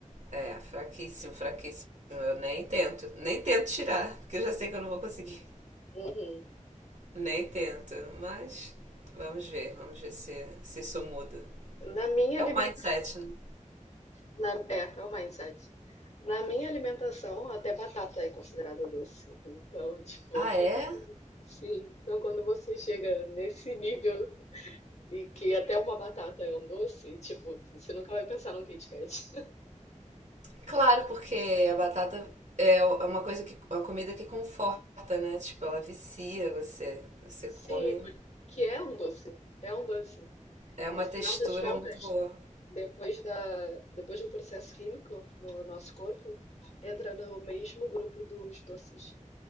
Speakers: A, on the right (about 65°); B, on the left (about 55°).
A: É, fraquíssimo, fraquíssimo. Eu nem tento, nem tento tirar, porque eu já sei que eu não vou conseguir.
B: Uhum.
A: Nem tento, mas vamos ver, vamos ver se, se isso muda.
B: Na minha
A: É
B: alimentação.
A: um mindset, né?
B: Na, é, calma aí, insight. Na minha alimentação, até batata é considerada doce. Então, tipo,
A: Ah,
B: <laughs>
A: é?
B: sim. Então, quando você chega nesse nível e que até uma batata é um doce, tipo, você nunca vai pensar num Kit Kat.
A: Claro, porque a batata é uma coisa que, uma comida que conforta, né? Tipo, ela vicia você. Você
B: Sim,
A: come.
B: porque é um doce, é um doce.
A: É
B: No
A: uma
B: final
A: textura
B: das contas,
A: muito boa.
B: depois da, depois do processo químico no nosso corpo, entra no mesmo grupo dos doces.